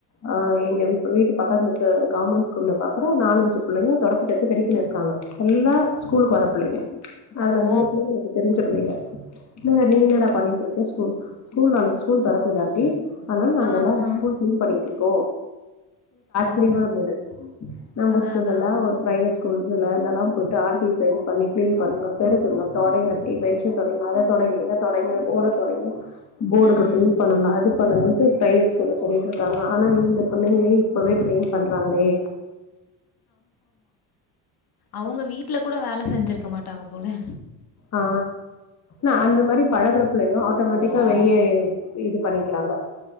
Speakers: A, on the left; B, on the left.
A: ஆ எங்க வீட்டு பக்கத்துல இரு கவர்ர்மெண்ட் ஸ்கூல்ல பாக்குற நாலுஞ்சு பிள்ளைங்க த தொடத்தை பெக்கனு இருக்கா எல்லா ஸ்கூலுக்கு வர பள்ளைங்க அதுல
B: ஓ
A: ரெண்டு பிள்ளைங்க எனக்கு தெரிஞ்ச பிள்ளங்க என்னடா நீ என்னடா பண்ணிட்டு இருக்கேன் ஸ்கூல் ஸ்கூல் நாக்கு ஸ்கூல் திறக்குதாண்டி ஆனா நாங்க
B: ஆ
A: எல்லாம்
B: ஆ
A: ஸ்கூல் கிளீன் பண்ணிட்டும் ஓ
B: ஓ
A: சிவந்தது நம்ம
B: அதா
A: ஸ்கூல்
B: அதா
A: எல்லாம் ஒரு பிரைவேட் ஸ்கூல் இதெல்லாம் போயிட்டு ஆன் சை இது பண்ணி கிளீன் பண்ணுங்க பெருக்குங்க தொடங்கட்டி பென்்சு தொடங்க அதை தொடங்கு இதை தொடங்க போ்ட தொடங்குங்க போர்டுக்கு
B: ம்
A: பெயிண்ட் பண்ணுங்க அதுக்கு பொண்ணுங்க பிரைவேட் ஸ்கூல்ல சொல்லிட்டு இருக்காங்க ஆனா இந்த பொண்ணைங்களளை இப்பவே ட்ரெயின் பண்றாங்ளே
B: அவுங்க வீட்ல கூட வேல செஞ்சிருக்க மாட்டாங்க போல
A: ஆ ஆ அந்த மாரி பழகுற புள்ளைங்க ஆட்டோமேட்டிக்கா வெளியே இது பண்ணிக்றாங்க